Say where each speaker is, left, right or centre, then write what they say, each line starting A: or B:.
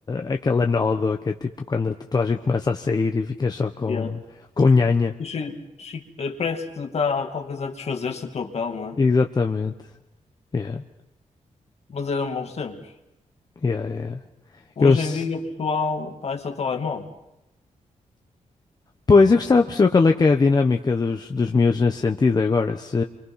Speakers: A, on the left (about 30°); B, on the left (about 55°).
A: aquela nódoa que é tipo quando a tatuagem começa a sair e ficas só com,
B: Yeah.
A: com nhanha.
B: E che- che- eh, Parece que está qualquer coisa a desfazer-se a tua pele, não é?
A: Exatamente. Yeah,
B: Mas eram bons tempos.
A: yeah, yeah.
B: Hoje
A: Eu, s-
B: em dia, pessoal, pá, é só telemóvel.
A: pois, eu gostava de perceber qual é que é a dinâmica dos, dos miúdos nesse sentido agora. Se,